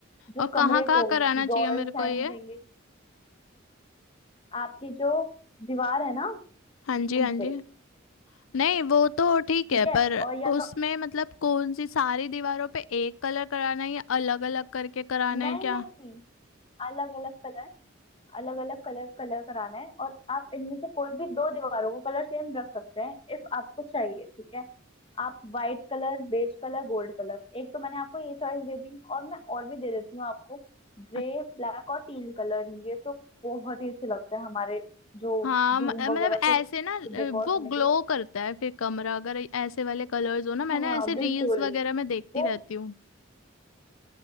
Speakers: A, on the left; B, on the left.
A: जो
B: और
A: कमरे
B: कहाँ कहाँ
A: को
B: कराना
A: रॉयल
B: चाहिए मेरे
A: शाइन
B: को ये
A: देंगे आपकी जो दीवार है ना
B: हाँ जी
A: उनपे
B: हाँ जी नहीं वो तो ठीक
A: ठीक
B: है
A: है
B: पर
A: और या
B: उसमें
A: तो
B: मतलब कौन सी सारी दीवारों पे एक कलर कराना है या अलग अलग करके कराना
A: नहीं
B: है क्या
A: नहीं नहीं अलग अलग कलर अलग अलग कलर कलर कराना है और आप इनमें से कोई भी दो दीवारों को कलर सेम रख सकते हैं इफ आपको चाहिए ठीक है आप white colour beige colour gold colour एक तो मैंने आपको ये चॉइस दे दी और मैं और भी दे देती हूँ आपको ग्रे
B: अच-
A: ब्लैक और टील कलर ये तो बहुत ही अच्छे लगते हैं हमारे जो
B: हाँ म-
A: रूम
B: मतलब
A: वगैरह
B: ऐसे
A: को
B: ना अ,
A: डेकोर
B: वो
A: करने
B: ग्लो
A: के लिए
B: करता है फिर कमरा अगर ऐसे वाले कलर्स हो ना मैंने
A: हाँ
B: ऐसे रील्स
A: बिल्कुल
B: वगैरह में देखती
A: वो
B: रहती हूँ